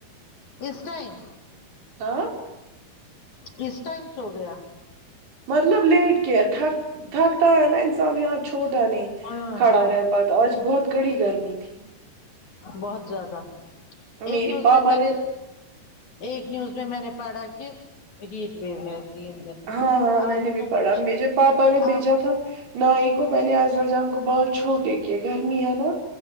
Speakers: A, on the left (about 50°); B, on the right (about 85°).
A: اس ٹائم
B: آں
A: اس ٹائم سو گیا
B: مطلب لیٹ گیا تھک تھکتا ہے نا انسان یہاں چھوٹا نہیں
A: ہاں
B: کھڑا
A: ہاں
B: رہت پاتا آج بہت کڑی گرمی تھی
A: بہت زیادہ ایک
B: میری
A: نیوز
B: پاپا
A: میں نے ایک نیوز میں میں نے پڑھا کہ ہیٹ ویو ہے تین دن
B: ہاں ہاں
A: آپ
B: میں نے
A: سوچ
B: بھی پڑھا مجھے پاپا نے بھیجا
A: آپ
B: تھا نہیی کو میں نے آئے رو جان کو بال چھوٹے کہ گرمی ہے نا